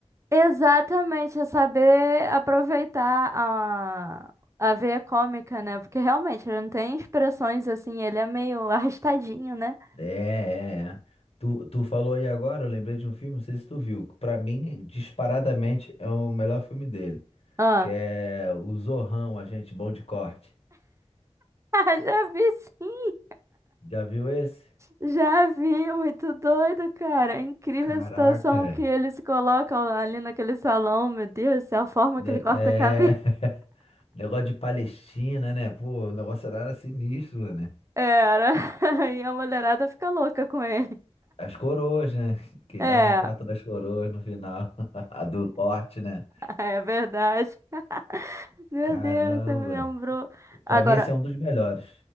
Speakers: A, on the right (about 25°); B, on the left (about 60°).
A: Exatamente, é saber aproveitar a, a veia cômica, né? Porque realmente ele não tem expressões assim, ele é meio <laughs> arrastadinho, né?
B: É, é, é. Tu, tu falou aí agora, eu lembrei de um filme, não sei se tu viu. que Pra mim, disparadamente, é o melhor filme dele.
A: Ah.
B: Que é o Zorrão, Agente Bom de Corte.
A: <laughs> Já vi sim,
B: Já viu esse?
A: já vi, muito doido, cara. É Incrível
B: Caraca.
A: a situação
B: é.
A: que ele se coloca ali naquele salão, meu Deus, do céu, a forma
B: Ne-
A: que ele corta
B: É.
A: a cabeça.
B: <laughs> Negócio de Palestina, né? Pô, o negócio era sinistro, né?
A: Era, <laughs> e a mulherada fica louca com ele.
B: As coroas, né? Que
A: É,
B: davam um trato das coroas no final. <laughs> A do corte, né?
A: é verdade. <laughs> Meu
B: Caramba.
A: Deus, você me lembrou. Agora,
B: Pra mim, esse é um dos melhores.